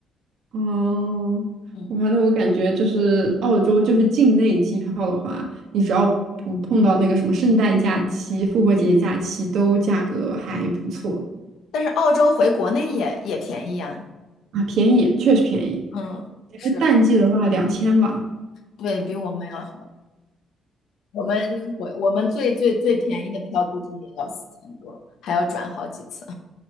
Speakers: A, on the right; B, on the left.
A: 哦，
B: 嗯，
A: 我反正我感觉就是澳洲就是境内机票的话，你只要不碰到那个什么圣诞假期、复活节假期，都价格还不错
B: 但是澳洲回国内也也便宜呀。
A: 啊，便宜，确实便宜。
B: 嗯，
A: 然后淡季的话两千吧。
B: 是啊对，比我们要好。我们我我们最最最便宜的票估计也要四千多，还要转好几次。